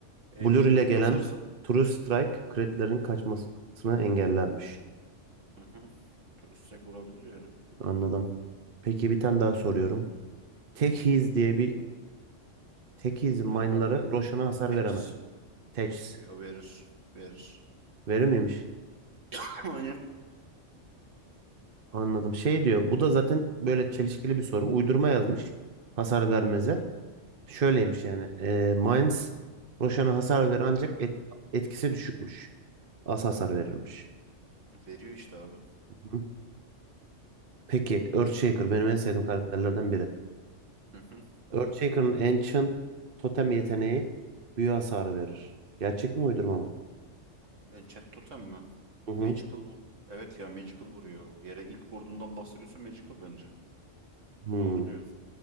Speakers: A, on the right (about 80°); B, on the right (about 50°).
A: MKB
B: Blur ile gelen
A: kasarsa
B: True Strike kritlerin kaçmasını engellermiş.
A: hı hı, turistsek vurabilir yani.
B: Anladım. Peki bir tane daha soruyorum. Tek His diye bir Tek His'in mine'ları
A: Evet bom.
B: Roshan'a hasar
A: Teçhiz.
B: veremez. Teçhiz.
A: Yo, verir. Verir.
B: Verir miymiş?
A: <laughs> Aynen.
B: Anladım. Şey diyor. Bu da zaten böyle çelişkili bir soru. Uydurma yazmış. Hasar vermeze.
A: Hı,
B: Şöyleymiş
A: hı.
B: yani. E, Mainz Roşan'a hasar verir ancak et- etkisi düşükmüş. Az hasar verirmiş.
A: Veriyor işte abi.
B: Hı. Peki Earthshaker benim en sevdiğim karakterlerden biri.
A: Hı hı.
B: Earthshaker'ın Ancient Totem yeteneği büyü hasarı verir. Gerçek mi uydurma mı?
A: Enchant Totem mi?
B: Hı hı.
A: Magical vur. Evet ya Magical vuruyor. Yere ilk vurduğundan bahsediyorsa Magical bence.
B: Hı.
A: Doğru diyor.